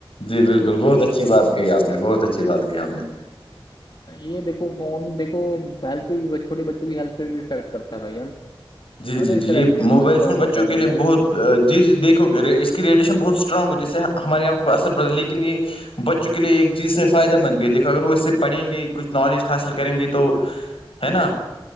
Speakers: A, on the left; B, on the left.
A: جی بالکل بہت اچھی بات کہی آپ نے بہت اچھی بات کہی آپ نے
B: یہ دیکھو فون دیکھو ہیلتھ پہ چھو ٹئے بچوں کی ہیلتھ پہ بھی ایفیکٹ کرتا ہے بھائی
A: جی جی
B: ہے نا اس
A: جی
B: کا
A: یہ
B: ریڈیشن
A: موبائل
B: بہت اسٹرانگ
A: فون بچوں
B: ہوتا ہے
A: کے
B: بھائی
A: لیے
B: جان
A: بہت جی جی دیکھو اس کی ریڈیشن بہت اسٹرانگ ہوتی ہے اس سے ہمارے یہاں خوب اثر پڑتا ہے لیکن یہ بچوں کے لیے ایک چیز سے فائدہ مند بھی ہے دیکھو اگر وہ اس سے پڑھیں گے کچھ نالج حاصل کریں گے تو ہے نا